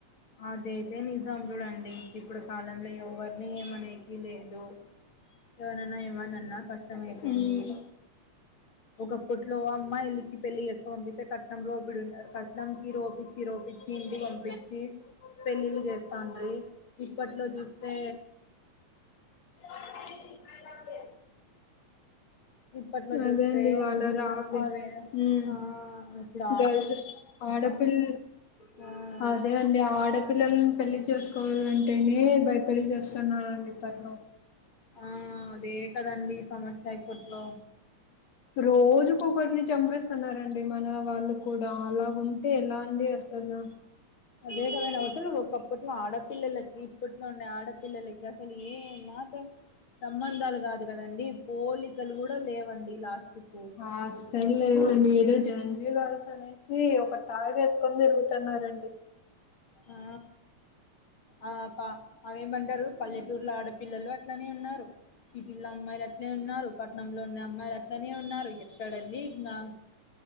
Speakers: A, on the left; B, on the left.
A: అదైతే నిజం చూడండి ఇప్పుడు కాలంలో ఎవరిని ఏమనేకి లేదు ఎవనన్నా ఏమనన్నా కష్టం అయిపోయింది
B: ఉమ్
A: ఒకప్పట్లో అమ్మాయిల కి పెళ్లి చేేసుకోనింపిస్తే క రోపిడు ఉంటది కట్నంకి రోపిచ్చి రోపిచ్చి ఇంటికి పంపించి పెళ్ళిళ్ళు చేస్తాండ్రి ఇప్పట్లో చూస్తే
B: <inaudible>
A: ఇప్పట్లో చూస్తే
B: అదే అండివాళ రావట్లేను
A: అవే
B: ఉమ్
A: ఆ ఇప్పుడు
B: గల్స్ ఆడపిల్ల
A: రా
B: అదే అండి ఆ ఆడపిల్లల్ని పెళ్ళి చేసుకోవాలంటేనే భయపడి చస్తున్నారండి ఇప్పట్లో
A: ఆ అదే కదండి సమస్యా ఇప్పట్లో
B: రోజుకొక్కరిని చంపేస్తున్నారండి మన వాళ్ళు కూడా అలా గుంటే ఎలా అండి అసలు
A: అదే కదండి అసలు ఒకప్పట్లో ఆడపిల్లలకి ఇప్పట్లో ఉండే ఆడపిల్లలకి అసలు ఏ మాత్రం సంబందాలు కాదు కదండి పోలికలు కూడా లేవండి లాస్ట్ కు
B: ఆసలు లేవండి ఏదో జంజుగాడ్తాడు సి ఒక టాగ్ ఏసుకొని తిరుగుతున్నారండి
A: ఆ ఆ పా అదేమంటారు పల్లెటూర్లో ఆడపిల్లలు అం అట్లనే ఉన్నారు సిటీలో అమ్మాయిలు అట్లే ఉన్నారు పట్నంలో ఉండే ఉన్న అమ్మాయిలు అట్లనే ఉన్నారు ఎక్కడండి ఇంగా